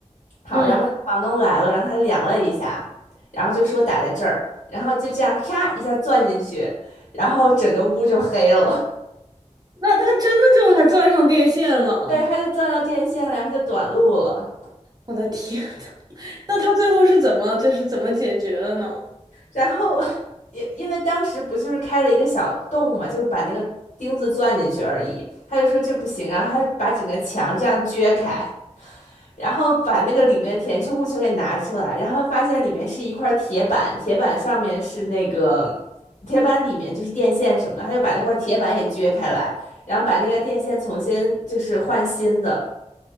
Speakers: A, on the left; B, on the right.
A: 好，
B: 嗯，
A: 然后那个房东来了，然后他量了一下，然后就说打在这儿，然后就这样咔一下钻进去，然后整个屋就黑了。
B: 那他真的就还钻上电线了，
A: <laughs> 对，他就钻到电线了，然后就短路了。
B: 我的天！那他最后是怎么就是怎么解决的呢？
A: 然后 <laughs> 因因为当时不就是开了一个小洞嘛，就是把那个钉子钻进去而已。他就说这不行，然后他就把整个墙这样撅开。然后把那个里面填充物全给拿出来，然后发现里面是一块铁板，铁板上面是那个铁板里面就是电线什么的，他就把那块铁板也撅开来，然后把那个电线重新就是换新的，